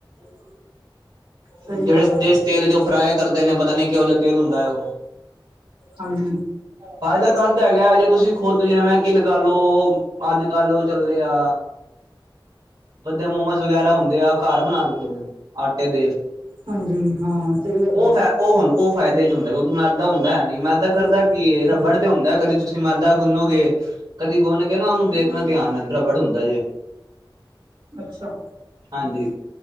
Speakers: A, on the right (about 85°); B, on the right (about 65°).
A: <inaudible> ਸਹੀ
B: ਜਿਹੜੇ
A: ਗੱਲ ਹੈ
B: ਤੇਲ ਚ ਉਹ ਫਰਾਈ ਕਰਦੇ ਨੇ ਪਤਾ ਨੀ ਕਿਹੋ ਜਿਹਾ ਤੇਲ ਹੁੰਦਾ ਹੈ ਉਹ।
A: ਹਾਂਜੀ।
B: ਫਾਇਦਾ ਤਧ ਹੈਗਾ ਜੇ ਤੁਸੀਂ ਖੁਦ ਜਿਵੇਂ ਕਿ ਲਗਾਾਲੋ ਅੱਜ ਕੱਲ ਉਹ ਚੱਲਦੇ ਆ। ਵਧੇ ਮੋਮੋਸ ਵਗੈਰਾ ਹੁੰਦੇ ਆ ਘਰ ਬਣਾ ਲੈਂਦੇ ਨੇ ਆਟੇ ਦੇ।
A: ਹਾਂਜੀ। ਹਾਂ ਸਹੀ ਗੱਲ
B: ਉਹ
A: ਐ।
B: ਫ ਉਹ ਹ ਉਹ ਫਾਇਦੇ ਚ ਹੁੰਦਾ ਕਿਉਂਕਿ ਮੈਦਾ ਹੁੰਦਾ ਹੈ, ਨ ਨਹੀਂ ਮੈਦਾ
A: ਅ
B: ਕਰਦਾ ਕੀ
A: ਹਾਂ
B: ਰਬੜ ਤੇ ਹੁੰਦਾ ਕਦੇ ਤੁਸੀਂ। ਤੁਸੀਂ ਮਾਦਾ ਗੁੰਨੋਗੇ ਕਦੀ ਗੁੰਨ ਕੇ ਨਾ ਉਹਨੂੰ ਦੇਖਣਾ ਧਿਆਨ ਨਾ ਰਾਬੜ ਹੁੰਦਾ ਜੇ
A: ਅੱਛਾ
B: ਹਾਂਜੀ